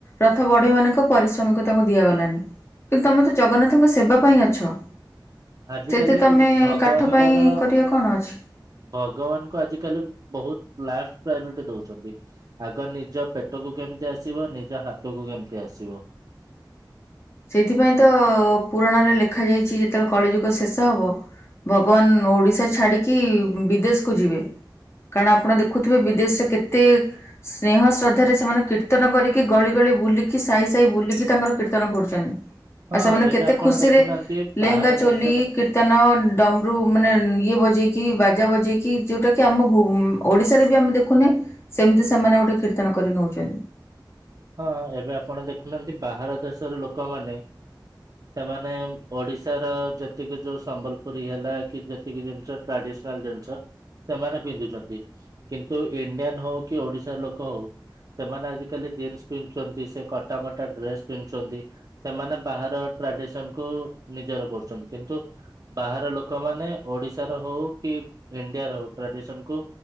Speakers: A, on the left; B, on the right.
A: ରଥ ବଢେଇ ମାନ ପରିଶ୍ରମିକ ତାଙ୍କୁ ଦିଆଗଲାନି କିନ୍ତୁ ତମେ ତ ଜଗନ୍ନାଥଙ୍କ ସେବା ପାଇଁ ଅଛ
B: ଆଜିିକାଲି
A: ସେଇଠି ତମେ
B: ଭଗବାନଙ୍କର
A: କାଠ ପାଇଁ କରିବା କଣ ଅଛି?
B: ଭଗବାନଙ୍କୁ ଆଜିକାଲି ବହୁତ ଲା ପ୍ରାୟୋରିଟି ଦଉଛନ୍ତି ଆଗ ନି ନିଜ ପେଟକୁ କେମିତି ଆସିବ ନି ଯ ହାତକୁ କେମତି ଆସିବ
A: ସେଇଥିପାଇଁ ତ ପୁରାଣରେ ଲେଖା ଯାଇଛି ଯେତେବେଳେ କଳିଯୁଗ ଶେଷ ହବ ଭଗବାନ ଓଡିଶା ଛାଡିକି ବିଦେଶକୁୁ ଯିବେ କାରଣ ଆପଣ ଦେଖୁଥିବେ ବିଦେଶରେ କେତେ ସ୍ନେହଁ ଶ୍ରଦ୍ଧାରେ ସେମାନେ କୀର୍ତନ କରିକି ଗଳି ଗଳି ବୁଲିକି ସାହି ସାହି ହବ ଭଗବାନ ଓଡିଶା ଛାଡି ବିଦେଶୀ କୁ ଯିବେ କାରଣ ଆପଣ ଦେଖୁଥିବେ ବିଦେଶରେ କେତେ ସ୍ନେହ ଶ୍ରଦ୍ଧାରେ ସେମାନେ କୀର୍ତ୍ତନ କରିକି ଗଳି ଗଳି ବୁଲିକି ସାହି ସାହି ଏବଂନ୍ <inaudible>
B: ହଁ
A: ଆଉ ସେମାନେ
B: ଏବେ
A: କେତେ
B: ଆପଣ
A: ଖୁସିରେ
B: ଦେଖୁନାହାନ୍ତି
A: ଲେହେଙ୍ଗା
B: ବାହାର
A: ଚୋଲି
B: ଦେଶର
A: କୀର୍ତ୍ତନ ଡମ୍ବରୁ ମାନେ ଇଏ ବଜେଇକି ବାଜା ବଜେଇକି ଯୋଉଟା କି ଆମ ଓଡିଶାରେ ବି ଆମେ ଦେଖୁନେ ସେମିତି ସେମାନେ ଗୋଟେ କୀର୍ତ୍ତନ କରି ନଉଛନ୍ତି
B: ହଁ ଏବେ ଆପଣ ଦେଖୁନାହାନ୍ତି ବାହାର ଦେଶର ଲୋକମାନେ ସେମାନେ ଓଡିଶାର ଯେତିକି ଯୋଉ ସମ୍ବଲପୁରୀ ହେଲା କି ହଁ ଆପଣ ଦେଖୁନାହାନ୍ତି ଲୋକମାନେ ଓଡିଶା ର ଯୋଉ ସମ୍ବଲପୁରୀ ହେଲା ଯେତିକି ଜିନିଷ ଟ୍ରାଡିସନାଲ ଜିନିଷ ସେମାନେ ପିନ୍ଧୁଛନ୍ତି କିନ୍ତୁ ଇଣ୍ଡିଆନ ହଉ କି ଓଡିଶାର ଲୋକ ହଉ ସେମାନେ ଆଜିକାଲି ଜିନ୍ସ ପିନ୍ଧୁଛନ୍ତି ସେ କଟା ମଟା ଡ୍ରେସ୍ ପିନ୍ଧୁଛନ୍ତି ସେମାନେ ବାହାର ଟ୍ରାଡିସନ କୁ ନିଜର କରୁଛନ୍ତି କିନ୍ତୁ ବାହାର ଲୋକମାନେ ଓଡିଶାର ହଉ କି ଇଣ୍ଡିଆର ହଉ ଟ୍ରାଡିସନ କୁ